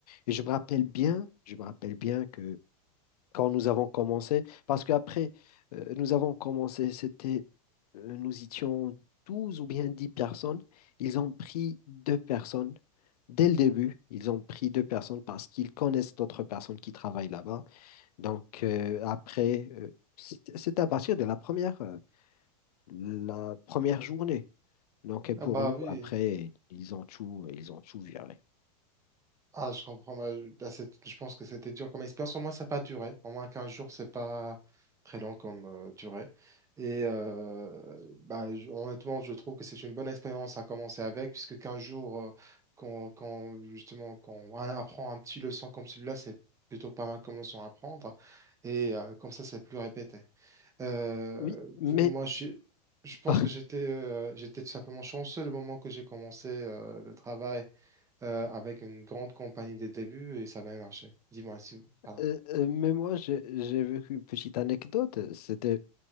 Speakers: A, on the left (about 85°); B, on the right (about 15°).
A: Et je me rappelle bien, je me rappelle bien quand nous avons commencé, parce qu'après, euh, nous avons commencé, c'était, euh, nous étions 12 ou bien 10 personnes. Ils ont pris deux personnes. Dès le début, ils ont pris deux personnes parce qu'ils connaissent d'autres personnes qui travaillent là-bas. Donc, euh, après, euh, c'est c'est à partir de la première, euh, la première journée.
B: <laughs>
A: Donc, et pour
B: ah bah
A: nous,
B: oui.
A: après, ils ont tout, ils ont tout viré.
B: Ah, je comprends. bah, je bah, c'est- je pense que c'était dur comme expérience. Au moins, ça n'a pas duré. Au moins, 15 jours, c'est pas très long comme euh, durée. Et euh, bah, je- honnêtement, je trouve que c'est une bonne expérience à commencer avec, puisque 15 jours, euh, quand, quand, justement, quand on apprend un petit leçon comme celui-là, c'est plutôt pas mal comme leçon à apprendre. Et euh, comme ça, c'est plus répété. Euh,
A: Oui, mais,
B: pour moi, je, suis- je pense
A: <laughs> par-
B: que j'étais euh, j'étais tout simplement chanceux le moment que j'ai commencé euh, le travail euh, avec une grande compagnie de début et ça a bien marché. Dis-moi si, pardon.
A: euh, euh, mais moi, j'ai j'ai vécu une petite anecdote. C'était